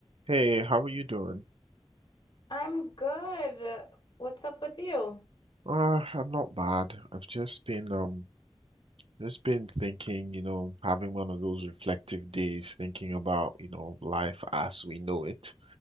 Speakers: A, on the right; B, on the left.
A: Hey, how are you doing?
B: I'm good. What's up with you?
A: Uh, I'm not bad. I've just been um just been thinking, you know, having one of those reflective days, thinking about, you know, life as we know it.